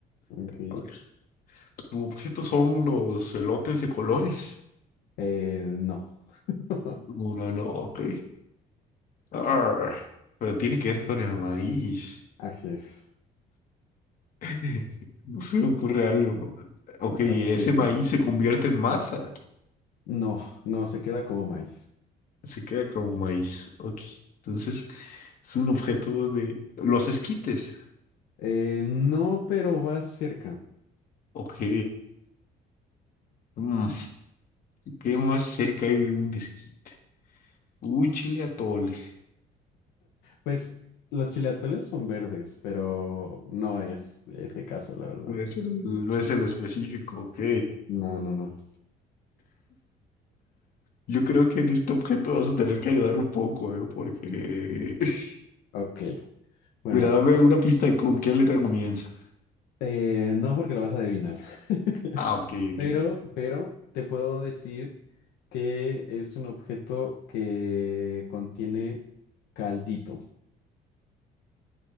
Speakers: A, on the left; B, on the left.
A: Ok.
B: A ver, tu objeto son los elotes de colores.
A: Eh, no. <laughs>
B: Uno no, ok. Arr, pero tiene que ver con el maíz.
A: Así es.
B: <laughs> No se me ocurre algo. Ok,
A: Está
B: ese
A: facilito,
B: maíz
A: está facilito.
B: se convierte en masa.
A: No, no, se queda como maíz.
B: Se queda como maíz. Ok. Entonces, Es un objeto de... Los esquites.
A: Eh, no, pero va cerca. <laughs>
B: Ok. Mm, ¿Qué más cerca hay de un esquite? Un chile atole.
A: Pues los chileatoles son verdes, pero no es este caso, la verdad.
B: No es el, no es el específico, ok.
A: No, no, no.
B: Yo creo que en este objeto vas a tener que ayudar un poco, ¿eh? Porque... <laughs>
A: Ok. Bueno,
B: Mira, dame una pista de con qué letra comienza.
A: eh, no porque lo vas a adivinar. <laughs>
B: Ah, ok, ok.
A: Pero, pero te puedo decir que es un objeto que contiene caldito.